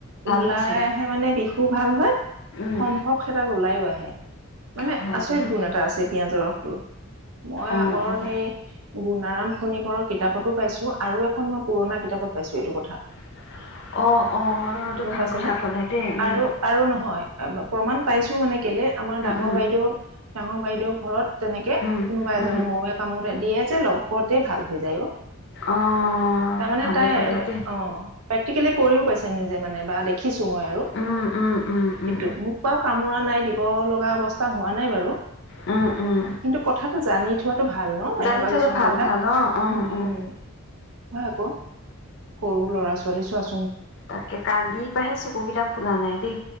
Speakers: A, on the right; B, on the left.
A: ওলাই
B: হয় চাগে
A: আহে মানে বিষ তোৰ ভাল হয়
B: উম
A: সম্ভৱ সেইডাল উলাও আহে। মানে
B: হয়
A: আচৰিত গুণ এটা আছে পিয়াজৰ ৰস। মই আগৰ
B: অঁ অঁ
A: সেই গুৰ্ণাৰাম খি খনিকৰৰ কিতাপতো পাইছো আৰু এখন মই পুৰণা কিতাপত পাইছো এইটো কথা।
B: <inaudible> অঁ এইটো
A: গম
B: ভাল
A: পাইছে
B: কথা
A: নে?
B: ক'লে দেই উম
A: আৰু আৰু নহয় প্ৰমাণ পাইছোঁ মানে কেলে আমাৰ ডাঙৰ
B: উম
A: বাইদেউ ডাঙৰ বাইদেউ ঘৰত তেনেকে
B: উম
A: কোনোবা এজক
B: উম
A: মৌৱে কামুতে দিয়ে যে লগতে ভাল হৈ যায় ও।
B: অঁ
A: তাৰ মানে
B: ভালে
A: তাই
B: ক'লে
A: অ
B: দেই
A: প্ৰেক্টিকেলি কৰিও পাইছে নিজে মানে বা দেখিছোঁ মই আৰু সেইটো
B: উম উম উম উম
A: মোক বাও কামোৰা নাই দি দিব লগা অৱস্থা হোৱা নাই বাৰু।
B: উম উম
A: কিন্তু কথাটো জানি থোৱাটো ভাল ন
B: জানি
A: এনেকুৱা
B: থলে
A: কিছুমান
B: ভাল
A: কথা
B: ভাল অঁ অঁ
A: উম
B: অঁ
A: উম! হয় আকৌ সৰু ল'ৰা ছোৱালী চোৱা‌ চোন
B: তাকে কালিৰ পৰাহে চকু কেইটা ফুলা নাই দেই।